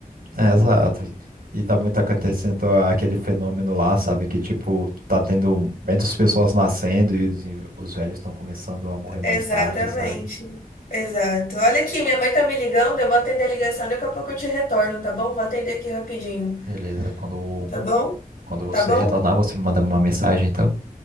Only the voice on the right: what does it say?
É, exato. E tá muito acontecendo aquele fenômeno lá, sabe? Que, tipo, tá tendo menos pessoas nascendo e os, os velhos estão começando a morrer mais
tarde, sabe?
Beleza, quando,
quando você
retornar, você me manda uma mensagem, então.